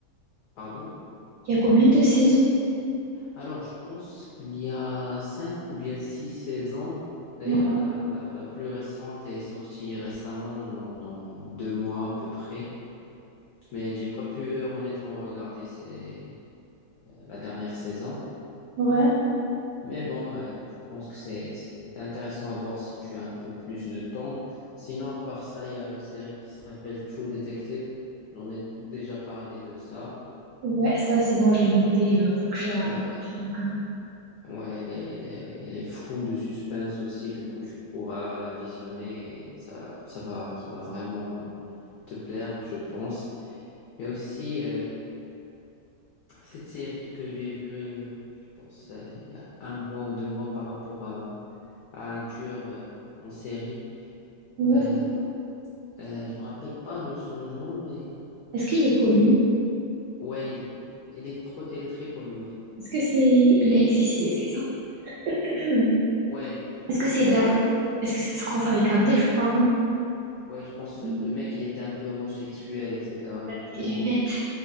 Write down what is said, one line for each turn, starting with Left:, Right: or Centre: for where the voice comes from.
Left: pardon.
Right: Il y a combien de saisons?
Left: Alors, je pense qu'il y a cinq ou bien six saisons. D'ailleurs,
Right: non,
Left: la, la, la plus récente est sortie récemment, genre dans deux mois à peu près. Mais j'ai pas pu euh, honnêtement regarder ces- euh, la dernière saison.
Right: ouais,
Left: Mais bon, euh, je pense que c'est c'est intéressant à voir si tu as un peu plus de temps. Sinon, à part ça, il y a une série qui s'appelle True Detective. J'en ai déjà parlé de ça.
Right: Ouais, ça c'est bon, je l'ai noté. euh, faut que je la,
Left: Ouais,
Right: je la regarde.
Left: ouais, elle est, elle est- elle est full de suspense aussi. Du coup, tu pourras la visionner et ça, ça va, ça va vraiment euh, te plaire, je pense. Il y a aussi euh, cette série que j'ai vue, euh, je pense, euh, il y a un mois ou deux mois par rapport à, à un tueur euh, en série.
Right: Ouais,
Left: Euh,
Right: c'est-
Left: Euh, je me rappelle pas de son nom, mais
Right: Est-ce qu'il est connu?
Left: ouais, il est, il est trop, il est très connu, ouais.
Right: Est-ce que c'est, il a existé, c'est ça? <clears throat>
Left: Ouais,
Right: Est-ce que c'est
Left: ouais,
Right: d'un... Est-ce que ça, ça commence avec un D, je crois, non?
Left: ouais, je pense euh,
Right: Mm.
Left: le mec, il était un peu homosexuel, etc. Du
Right: Avec
Left: coup,
Right: des lunettes.